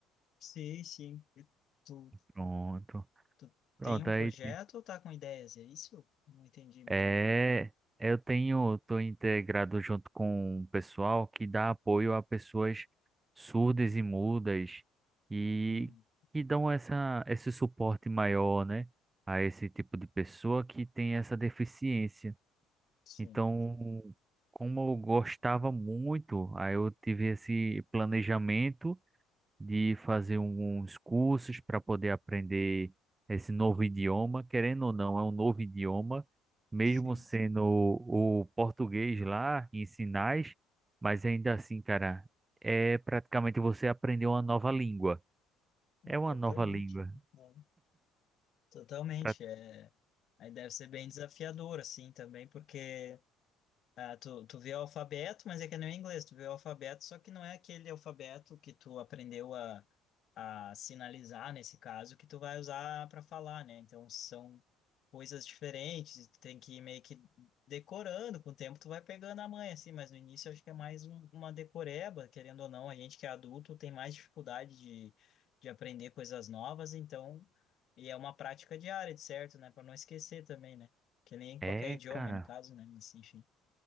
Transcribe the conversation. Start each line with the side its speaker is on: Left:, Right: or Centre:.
Left: Sim, sim. E tu,
Right: Pronto.
Left: tu
Right: Pronto,
Left: tem um
Right: aí
Left: projeto
Right: tem-
Left: ou tá com ideias? É isso? Não entendi muito
Right: é,
Left: bem.
Right: eu tenho, tô integrado junto com o pessoal que dá apoio a pessoas surdas e mudas e
Left: Uhum.
Right: que dão essa esse suporte maior, né, a esse tipo de pessoa que tem essa deficiência.
Left: Sim.
Right: Então, como eu gostava muito, aí eu tive esse planejamento de fazer uns cursos para poder aprender esse novo idioma. Querendo ou não, é um novo idioma, mesmo
Left: Sim.
Right: sendo o, o português lá em sinais, mas ainda assim, cara, é praticamente você aprender uma nova língua.
Left: Não,
Right: É uma
Left: totalmente,
Right: nova língua.
Left: né? Totalmente.
Right: Pra-
Left: É... Aí deve ser bem desafiador, assim, também, porque. Ah, tu, tu vê o alfabeto, mas é que não é inglês. Tu vê o alfabeto, só que não é aquele alfabeto que tu aprendeu a, a sinalizar, nesse caso, que tu vai usar para falar, né? Então são coisas diferentes. Tu tem que ir meio que decorando. Com o tempo tu vai pegando a manha, assim. Mas no início eu acho que é mais um- uma decoreba, querendo ou não. A gente que é adulto tem mais dificuldade de, de aprender coisas novas, então. E é uma prática diária, de certo, né? Para não esquecer também, né? Que nem
Right: É,
Left: qualquer idioma,
Right: cara.
Left: no caso, né? Mas enfim.